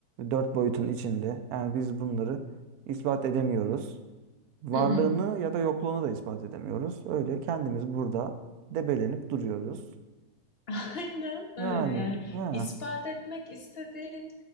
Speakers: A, on the right (about 70°); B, on the left (about 50°).
A: dört boyutun içinde yani biz bunları ispat edemiyoruz. Varlığını
B: Hı hı.
A: ya da yokluğunu da ispat edemiyoruz. Öyle kendimiz burada debelenip duruyoruz.
B: <laughs> Aynen öyle
A: Yani
B: yani
A: ya,
B: ispat etmek istediğin